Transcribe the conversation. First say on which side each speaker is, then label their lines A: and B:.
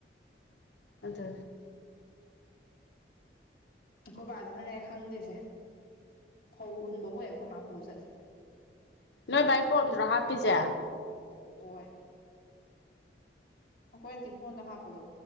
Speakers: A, on the left; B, on the left.
A: ꯑꯗꯨꯟ
B: ꯑꯈꯣꯏꯕꯥꯖꯤꯅꯅꯦ ꯈꯪꯗꯦꯁꯦ ꯐꯧ ꯍꯨꯟꯕꯕꯨ ꯍꯦꯛ ꯑꯩꯈꯣꯏ ꯃꯥ ꯄꯨꯔ ꯆꯠꯂꯦ
A: ꯅꯣꯏ ꯚꯥꯏ ꯐꯣꯟꯗꯔꯣ ꯍꯥꯞꯄꯤꯖꯦ
B: ꯍꯣꯏ ꯑꯩꯈꯣꯏ ꯑꯟꯇꯤ ꯐꯣꯟꯗ ꯍꯥꯞꯄꯗꯣ